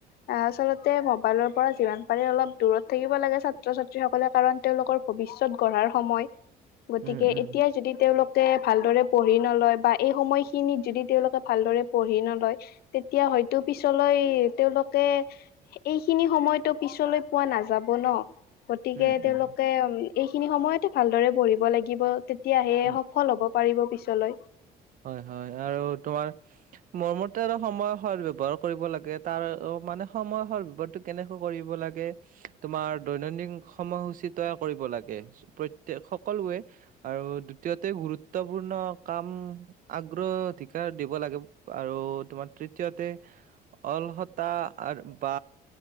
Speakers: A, on the left; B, on the right.
A: আচলতে মবাইলৰ পৰা যিমান পাৰে অলপ দূৰত থাকিব লাগে ছাত্ৰ ছাত্ৰীসকলে কাৰণ তেওঁলোকৰ ভৱিষ্যত গঢ়াৰ সময়। গতিকে
B: উম উম
A: এতিয়া যদি তেওঁলোক ভালদৰে পঢ়ি নলয় বা এই সময়খিনিত যদি তেওঁলোকে ভালদৰে পঢ়ি নলয় তেতিয়া হয়তো পিছলৈ তেওঁলোকে এইখিনি সময়তো পিছলৈ পোৱা নাযাব ন। গতিকে
B: উম উম
A: তেওঁলোকে উ এইখিনি সময়তে ভালদৰে পঢ়িব লাগিব তেতিয়াহে
B: উম
A: সফল হ'ব। পাৰিব পিছলৈ।
B: হয়, হয় আৰু তোমাৰ মোৰ মতে আৰু সময় সদ ব্যৱহাৰ কৰিব লাগে তাৰ মানে সময় সদ ব্যৱহাৰটো কেনেকে কৰিব লাগে, তোমাৰ দৈনন্দিন সময়সূচী তৈয়াৰ কৰিব লাগে, প্ৰত্যেক সকলোৱে আৰু দ্বিতীয়তে গুৰুত্বপূৰ্ণ কাম আগ্ৰধিকাৰ দিব লাগে আৰু তোমাৰ তৃতীয়তে অলহতা বা